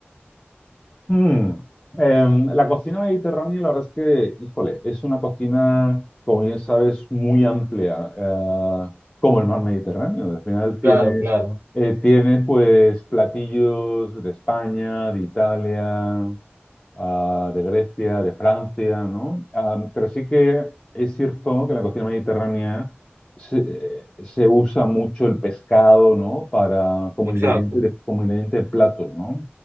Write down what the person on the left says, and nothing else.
Mm, em, la cocina mediterránea, la verdad es que, híjole, es una cocina, como bien sabes, muy amplia, eh, como el mar Mediterráneo. Al final tienes,
eh, tienes pues platillos de España, de Italia. uh, de Grecia, de Francia, ¿no? Um, pero sí que es cierto que en la cocina mediterránea se, se usa mucho el pescado, ¿no? Para, como
ingrediente de, como ingrediente de platos, ¿no?